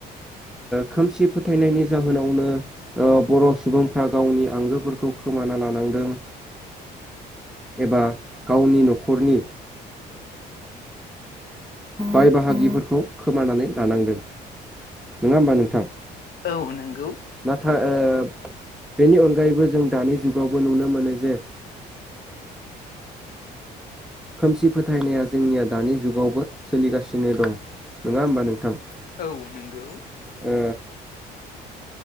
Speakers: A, in the centre; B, on the left.
A: खोमसि फोथायनायनि जाहोनावनो बर' सुबुंफ्रा गावनि आंगोफोरखौ खोमाना लानांदों एबा गावनि न'खरनि बाय बाहागिफोरखौ खोमानानै लानांदों नङा होमबा नोंथां
B: औ नोंगौ
A: नाथाय बेनि अनगायैबो जों दानि जुगावबो नुनो मोनो जे खोमसि फोथायनाया जोंनिया दानि जुगावबो सोलिगासिनो दं नङा होमबा नोंथां
B: औ नोंगौ
A: ओ